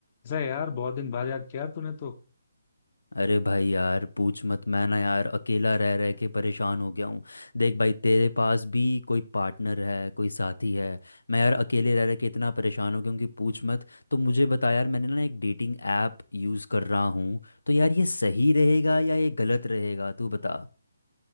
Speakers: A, on the left; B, on the left.
A: ऐसा है यार बहुत दिन बाद याद किया यार तूने तो
B: अरे भाई यार पूछ मत मैं ना यार अकेला रह रह के परेशान हो गया हूँ देख भाई तेरे पास भी कोई पार्टनर है कोई साथी है मैं यार अकेले रह रह के इतना परेशान हो गया हूँ कि पूछ मत तो मुझे बता यार मैंने ना एक डेटिंग ऐप यूज़ कर रहा हूँ तो यार ये सही रहेगा या ये गलत रहेगा तू बता